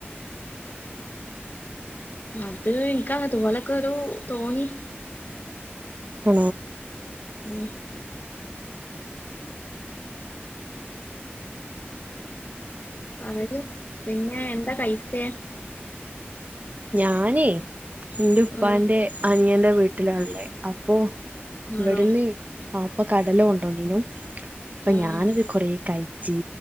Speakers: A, on the left; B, on the right.
A: അത് ഇൻക്കാതുപോലെക്കൊരു തോന്നി
B: ഓ
A: ഉം പറയൂ പിന്നെ എന്താ കയിച്ചേ?
B: ഞാനേ ഇന്റെ ഉപ്പാന്റെ
A: ആഹ്
B: അനിയന്റെ വീട്ടിലാള്ളേ പ്പൊ ഇവ്ട്ന്ന്
A: ആണോ
B: വിപ്പ കടല കൊണ്ടോന്നീനു പ്പ
A: ആഹ്
B: ഞാനത് കൊറേ കയിച്ച്